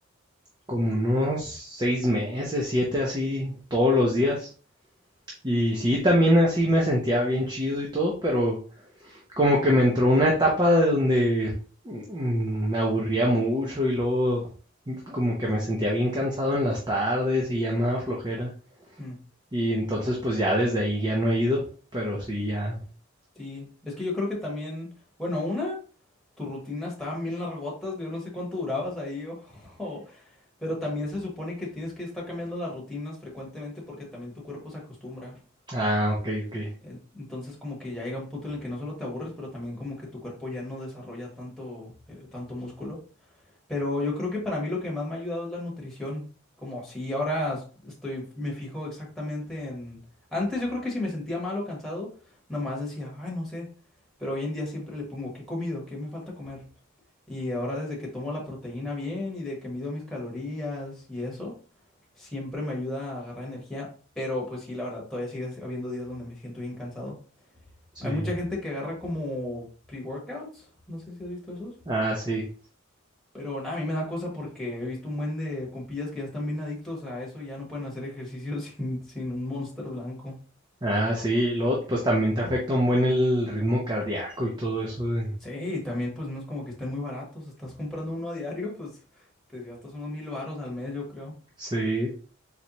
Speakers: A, on the right (about 20°); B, in the centre.
A: Como unos seis meses, siete así, todos los días. Y sí, también así me sentía bien chido y todo, pero como que me entró una etapa de donde mm, me aburría mucho y luego como que me sentía bien cansado en las tardes y ya me daba flojera.
B: Mm.
A: Y entonces pues ya desde ahí ya no he ido, pero sí ya.
B: Sí, es que yo creo que también, bueno, una, tu rutina estaban bien largotas, yo no sé cuánto durabas ahí, o, <laughs> o- pero también se supone que tienes que estar cambiando las rutinas frecuentemente porque también tu cuerpo se acostumbra.
A: Ah, ok, ok.
B: En- Entonces como que ya llega un punto en el que no solo te aburres, pero también como que tu cuerpo ya no desarrolla tanto, eh, tanto músculo. Pero yo creo que para mí lo que más me ha ayudado es la nutrición. Como sí ahora s- estoy, me fijo exactamente en... Antes yo creo que si me sentía mal o cansado, nada más decía, ay, no sé. Pero hoy en día siempre le pongo, ¿qué he comido? ¿Qué me falta comer? Y ahora desde que tomo la proteína bien y de que mido mis calorías y eso, siempre me ayuda a agarrar energía. Pero pues sí, la verdad, todavía sigue habiendo días donde me siento bien cansado.
A: Sí.
B: Hay mucha gente que agarra como pre-workouts. No sé si has visto esos.
A: Ah, sí.
B: Pero nada, a mí me da cosa porque he visto un buen de compillas que ya están bien adictos a eso y ya no pueden hacer ejercicio <laughs> sin, sin un Monster blanco.
A: Ah, sí. Luego pues también te afecta un buen el ritmo cardíaco y todo eso de-
B: Sí, y también pues no es como que estén muy baratos. Estás comprando uno a diario, pues te gastas unos mil varos al mes, yo creo.
A: Sí.